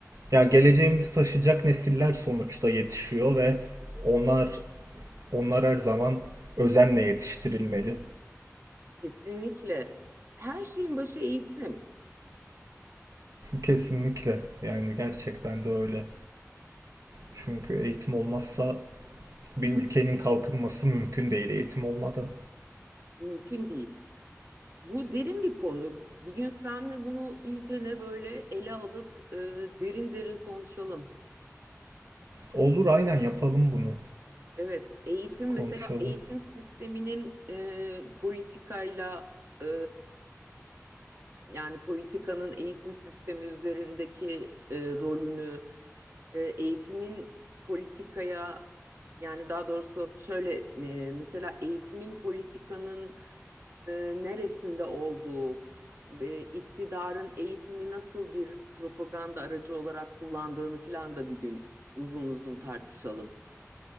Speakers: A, on the right; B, on the right.
A: Ya geleceğimizi taşıyacak nesiller sonuçta yetişiyor ve onlar onlar her zaman özenle yetiştirilmeli.
B: kesinlikle. Her şeyin başı eğitim.
A: Kesinlikle. Yani gerçekten de öyle. Çünkü eğitim olmazsa bir ülkenin kalkınması mümkün değil eğitim olmadan.
B: Mümkün değil. Bu derin bir konu. Bir gün seninle bunu iyice ne böyle ele alıp e, derin derin konuşalım.
A: Olur aynen yapalım bunu.
B: Evet, eğitim
A: Konuşalım.
B: mesela eğitim sisteminin e, politikayla e, yani politikanın eğitim sistemi üzerindeki e, rolünü e, eğitimin politikaya yani daha doğrusu şöyle e, mesela eğitimin politikanın e, neresinde olduğu, e, iktidarın eğitimi nasıl bir propaganda aracı olarak kullandığını filan da bir gün uzun uzun tartışalım